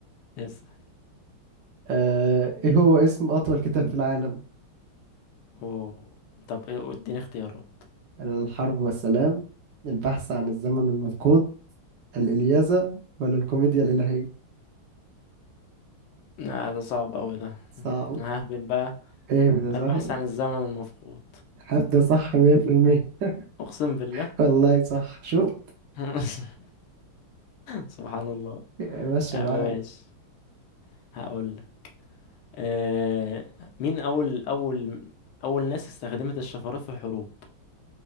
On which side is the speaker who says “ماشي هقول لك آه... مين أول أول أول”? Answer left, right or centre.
Left